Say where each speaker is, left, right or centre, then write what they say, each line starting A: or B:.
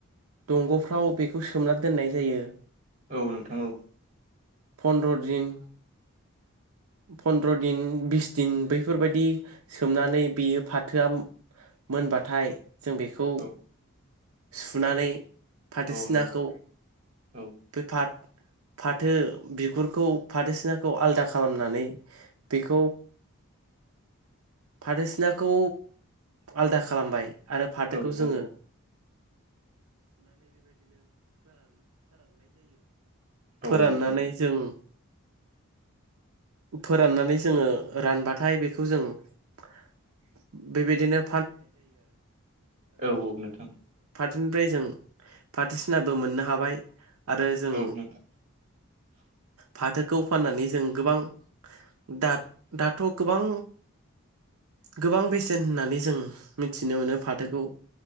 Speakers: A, on the right (about 75°); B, on the right (about 35°).
A: दंग'फ्राव बेखौ सोमना दोननाय जायो।
B: औ नोंथां औ।
A: फन्द्र' दिन फनन्द्र' दिन बिस दिन बैफोरबायदि सोमनानै बेयो फाथोआ मोनबाथाय जों बेखौ
B: औ
A: सुनानै फाथो
B: औ
A: सिनाखौ
B: नोंथां औ
A: बे फाथ फाथो बिगुरखौ फाथो सिनाखौ आलदा खा खालामनानै बेखौ। फाथो सिनाखौ आलदा खालामबाय आरो फाथोखौ
B: औ औ
A: जोङो <inaudible> फोराननानै
B: औ नोंथां
A: जों फोराननानै जोङो रानबाथाय बेखौ जों <inaudible>
B: औ नोंथां
A: फाथोनिफ्राय जों फाथो सिनाबो मोननो हाबाय आरो जों
B: औ नोंथां <inaudible>
A: फाथोखौ फाननानै जों गोबां दाथ दाथ' गोबां गोबां बेसेन होननानै जों मिथिनो मोनो फाथोखौ